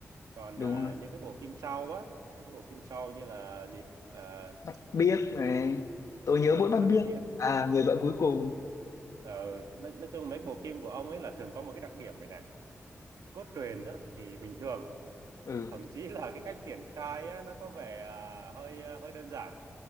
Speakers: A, on the right; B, on the left.
A: Còn
B: đúng
A: ờ,
B: rồi
A: những cái bộ phim sau á, những cái bộ phim sau như là gì? Ờ,
B: bắt biếc này
A: ờ,
B: tôi nhớ
A: ờ,
B: mỗi bắt
A: mắt
B: biếc
A: biết
B: à người vợ cuối cùng
A: ờ, nói, nói chung mấy cái bộ phim của ông ấy là thường có một cái đặc điểm vậy này cốt truyện đó thì bình thường
B: ừ
A: thậm chí là cái cách triển khai á, nó có vẻ à, hơi à, hơi đơn giản